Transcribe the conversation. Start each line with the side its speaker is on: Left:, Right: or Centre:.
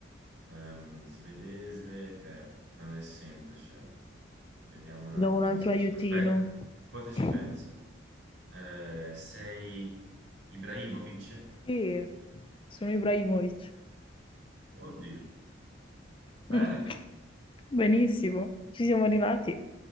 Right: ehm, svedese eh, non è semplice. Vediamo un
Left: Ti
Right: attimo
Left: do un altro
Right: se
Left: aiutino.
Right: ci... Aspetta, poi te ci
Left: <laughs>
Right: penso. Eh, sei Ibrahimovic?
Left: Sì, sono Ibrahimovic.
Right: Oddio. Bene.
Left: <laughs> Benissimo, ci siamo arrivati.